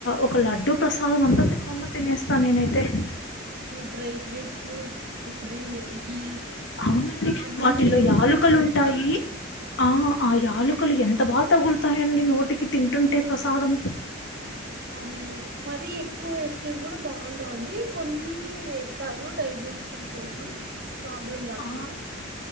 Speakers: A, on the left; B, on the right.
A: ఒక లడ్డు ప్రసాదం అంతా తినమన్న తినేస్తానేనైతే
B: డ్రై గ్రేప్స్ గు <inaudible> నెయ్యి
A: అవునండి
B: అన్ని
A: వాటిల్లో
B: వేసి
A: యాలకలు
B: చేస్తారు
A: ఉంటాయి. ఆ ఆ యలుకలు ఎంత బాగా తగులుతాయండి. నోటికి తింటుంటే ప్రసాదం.
B: అవును మరీ ఎక్కువ వేస్తే కూడా బాగుండవు. అండి కొన్ని వేస్త తరు డైజెన్షన్ కోసం ప్రాబ్లం రాకుండా
A: ఆ